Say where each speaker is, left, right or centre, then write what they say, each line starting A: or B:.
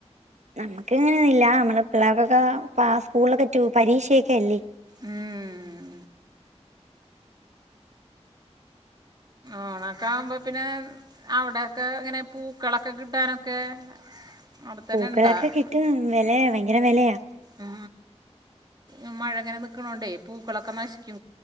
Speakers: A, on the right; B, on the right.
A: നമുക്ക് ങ്ങനെയില്ല നമ്മള് പിള്ളേർക്കൊക്കെ പ സ്കൂളിലൊക്കെ റ്റു പരീക്ഷയൊക്കെ അല്ലേ
B: മ് ആണ ക്കാമ്പോതിന് അവിടെൊക്കെ ഇങ്ങനെ പൂക്കളൊക്കെ കിട്ടാനൊക്കെ അവിടെ തന്നെ
A: പൂക്കളൊക്കെ
B: ഉണ്ടാ
A: കിട്ടും വലെ ഭയങ്കര വേലെയാ.
B: ഉ ഉം മഴങ്ങനെ നക്കണോണ്ടേ പൂക്കളൊക്കെ നഷ്